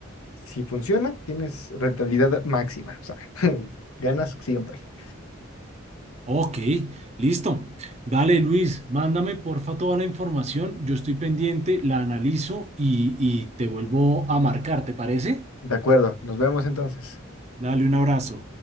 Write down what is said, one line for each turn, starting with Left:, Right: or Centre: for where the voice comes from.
Left: si funciona, tienes rentabilidad máxima, o sea, <laughs> ganas siempre.
Right: Ok, listo. Dale, Luis, mándame porfa toda la información. Yo estoy pendiente, la analizo y, y te vuelvo a marcar, ¿te parece?
Left: De acuerdo, nos vemos entonces.
Right: Dale un abrazo.